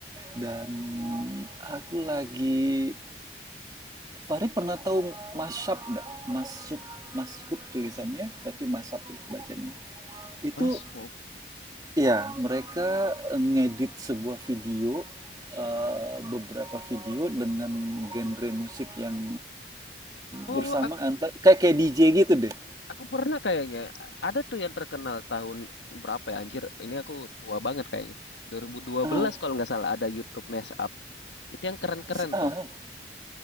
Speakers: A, on the right; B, on the left.
A: Dan aku lagi Fahri pernah tahu mashup nggak? Mashup, mashup tulisannya tapi mashup ya bacanya. Itu
B: Mas, oh,
A: Iya, mereka eh, ngedit sebuah video, eee, beberapa video dengan genre musik yang
B: oh,
A: bersamaan,
B: aku
A: ta kayak kayak DJ gitu deh.
B: aku pernah kayaknya. Ada tuh yang terkenal tahun berapa ya anjir? Ini aku tua banget kayaknya. 2012
A: ah
B: kalau nggak salah ada YouTube Mashup. Itu yang keren-keren
A: se heeh,
B: tuh.